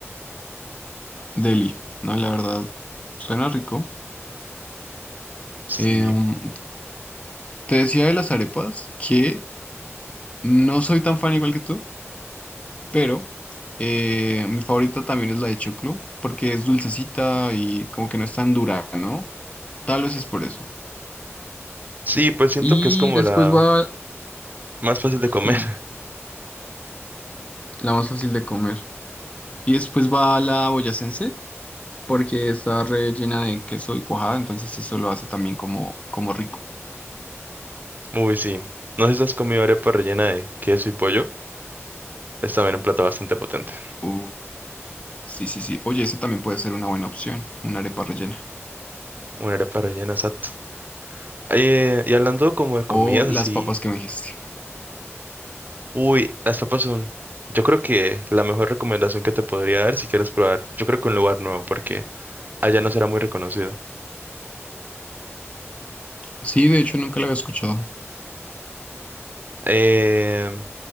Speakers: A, on the left; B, on the right.
A: deli. No, la verdad, suena rico.
B: Sí.
A: Em, te decía de las arepas que no soy tan fan igual que tú. Pero eh, mi favorita también es la de choclo, porque es dulcecita y como que no es tan dura, ¿no? Tal vez es por eso.
B: Sí, pues siento
A: Y
B: que es como
A: después
B: la
A: va
B: Más fácil de
A: <clears throat>
B: comer. <laughs>
A: la más fácil de comer. Y después va la boyacense, porque está rellena de queso y cuajada, entonces eso lo hace también como, como rico.
B: Uy, sí. No sé si has comido arepa rellena de queso y pollo. Es también un plato bastante potente.
A: Uh, sí, sí, sí. Oye, ese también puede ser una buena opción, una arepa rellena.
B: Una arepa rellena, exacto. Eh, y hablando como de comidas
A: O las
B: así.
A: papas que me dijiste.
B: Uy, las papas son. Yo creo que la mejor recomendación que te podría dar si quieres probar. Yo creo que un lugar nuevo, porque allá no será muy reconocido.
A: Sí, de hecho nunca la había escuchado.
B: Eh,